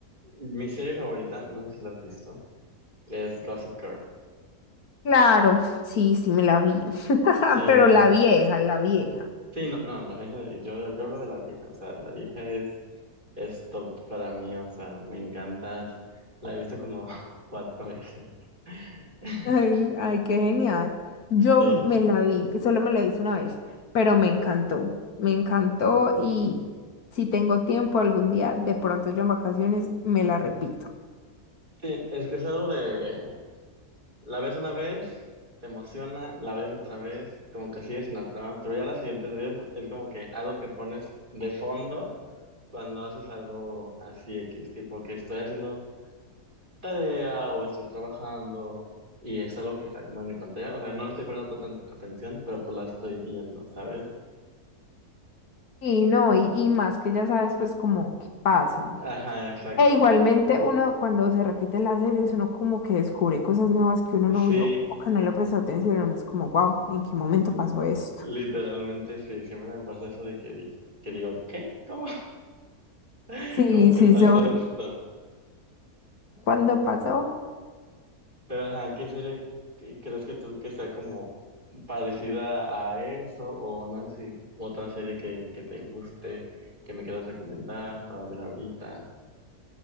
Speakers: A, on the right; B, on the left.
A: mi serie favorita, no sé si la has visto, es Gossip Girl.
B: Claro, sí, sí, me la vi. <laughs>
A: Sí,
B: Pero
A: no.
B: la vieja, la vieja.
A: Sí, no, no, no, esa- yo, yo hablo de la vieja, o sea, la vieja es, es top para mí, o sea, me encanta, la he visto como <laughs> cuatro veces. <laughs>
B: Ay, ay, qué genial. Yo
A: Sí,
B: me la vi, solo me la hice una vez, pero me encantó. Me encantó y si tengo tiempo algún día, de pronto ya en vacaciones, me la repito.
A: sí, es, es algo de, la ves una vez, te emociona, la ves otra vez, como que sigues en la trama, pero ya la siguiente vez es como que algo que pones de fondo cuando haces algo así X, tipo que estoy haciendo tarea o estoy trabajando y es algo que está como en mi pantalla. O sea, no le estoy poniendo tanta atención, pero pues la estoy viendo, ¿sabes?
B: Y no, y, y más que ya sabes pues como qué pasa.
A: Ajá, exacto.
B: E igualmente uno cuando se repite las series uno como que descubre cosas nuevas que uno
A: Sí,
B: no vio o que no le prestó atención, uno es como, wow, ¿en qué momento pasó esto?
A: literalmente sí, siempre me pasa eso de que, di- que digo, ¿qué? ¿Cómo? <laughs>
B: Sí,
A: ¿Cómo que
B: sí,
A: pasó
B: Sí. soy.
A: esto?
B: ¿Cuándo pasó?
A: Pero ajá, ¿qué serie que- crees que tú que sea como parecida a eso? O no sé si otra serie que, que te guste, que me quieras recomendar para ver ahorita.